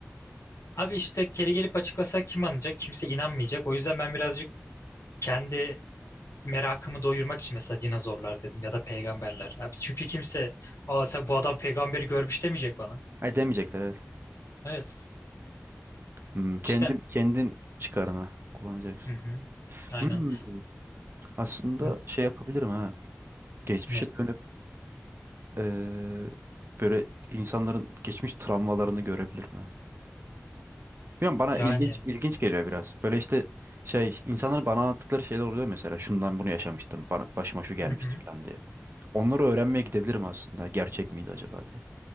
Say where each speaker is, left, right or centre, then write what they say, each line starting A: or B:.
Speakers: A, on the left (about 80°); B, on the right (about 50°).
A: Abi işte geri gelip açıklasa kim anlayacak? Kimse inanmayacak. O yüzden ben birazcık kendi merakımı doyurmak için mesela dinozorlar dedim ya da peygamberler. Abi çünkü kimse aa sen bu adam peygamberi görmüş demeyecek bana.
B: E demeyecekler evet.
A: Evet.
B: Hmm, kendin,
A: işte.
B: kendin çıkarına kullanacaksın.
A: Hı hı. Aynen.
B: Hmm, aslında
A: N-
B: şey yapabilirim ha. Geçmişe
A: Ne?
B: dönüp eee, böyle insanların geçmiş travmalarını görebilirim ha. Bilmiyorum bana
A: Yani.
B: ilginç ilginç geliyor biraz. Böyle işte şey insanların bana anlattıkları şeyler oluyor mesela şundan bunu yaşamıştım bana başıma şu gelmişti
A: Hı hı.
B: falan diye. Onları öğrenmeye gidebilirim aslında gerçek miydi acaba diye.